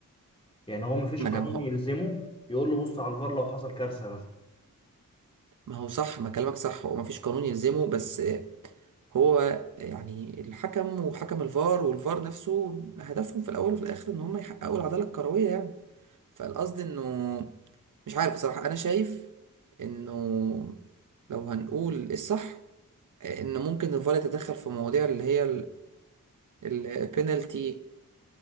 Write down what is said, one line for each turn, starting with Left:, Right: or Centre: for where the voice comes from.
Left: يعني هو ما فيش
Right: ما
Left: قانون
Right: انا مه...
Left: يلزمه يقول له بص على الفار لو حصل كارثه مثلا
Right: ما هو صح ما كلامك صح هو ما فيش قانون يلزمه بس هو يعني الحكم وحكم الفار والفار نفسه هدفهم في الاول وفي الاخر ان هم يحققوا العداله الكرويه يعني فالقصد انه مش عارف بصراحه انا شايف انه لو هنقول الصح ان ممكن الفار يتدخل في مواضيع اللي هي البينالتي